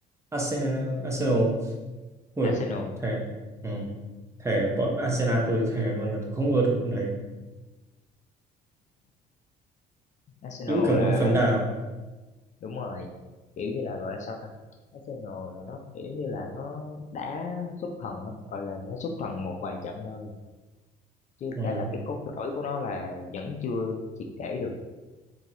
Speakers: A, on the right; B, on the left.
A: Arsenal Arsenal. Ui,
B: Arsenal
A: thề. Ừ. Thề bọn Arsenal tôi thề luôn là tôi không ưa được bọn đấy.
B: Arsenal
A: Đúng kiểu bọn
B: là
A: phấn đào.
B: đúng rồi kiểu như là gọi là sao ta Arsenal là nó kiểu như là nó đá xuất thần á gọi là nó xuất thần một vài trận thôi chứ
A: Ừ.
B: đây là cái cốt lõi của nó là vẫn chưa triệt để được